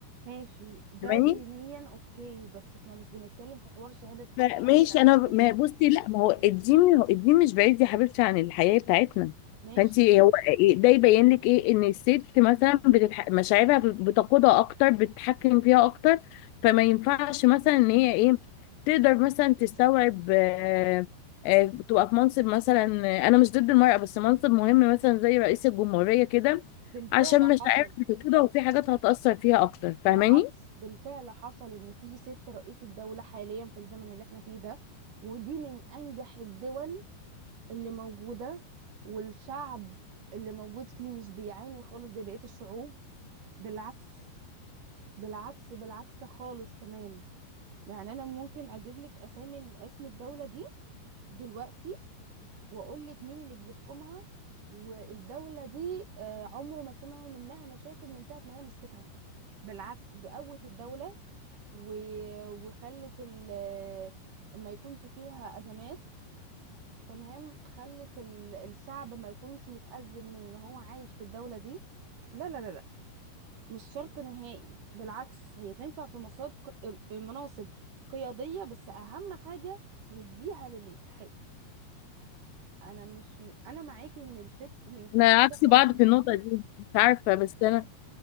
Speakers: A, on the right; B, on the left.
A: ماشي ده
B: فاهماني
A: دينيا اوكي بس احنا مش بنتكلم في حوار شهادة حق
B: ماشي
A: او الكلام
B: انا
A: ده كله
B: ما بصي لا ما هو الدين هو الدين مش بعيد يا حبيبتي عن الحياه بتاعتنا
A: ماشي
B: فانت هو إيه- ده يبين لك ايه ان الست مثلا بتتح... مشاعرها بتقودها اكتر بتتحكم فيها اكتر فما ينفعش مثلا ان هي ايه تقدر مثلا تستوعب آه، آه، تبقى في منصب مثلا آه، انا مش ضد المرأة بس منصب مهم مثلا زي رئيس الجمهورية كده
A: بالفعل
B: عشان مشاعرها
A: حصل
B: بتقودها وفي حاجات هتأثر فيها اكتر
A: بالعكس
B: فاهماني
A: بالفعل حصل ان في ست رئيس الدولة حاليا في الزمن اللي احنا فيه ده ودي من انجح الدول اللي موجودة والشعب اللي موجود فيه مش بيعاني خالص زي بقية الشعوب بالعكس بالعكس بالعكس خالص كمان يعني انا ممكن اجيب لك اسامي اسم الدولة دي دلوقتي واقول لك مين اللي بيحكمها والدولة دي آه، عمره ما سمعوا منها مشاكل من ساعة ما هي مسكتها بالعكس ده قوت الدولة و... وخلت ال... ما يكونش فيها أزمات تمام خلت ال... الشعب ما يكونش متأزم من ان هو عايش في الدولة دي لا لا لا لا مش شرط نهائي بالعكس هي تنفع في مصاب في مناصب قيادية بس أهم حاجة نديها للي يستحق انا مش م- انا معاكي ان الست ان الست
B: انا
A: بتحكم
B: عكس بعض
A: بمشاعرها
B: في النقطة دي مش عارفة بس انا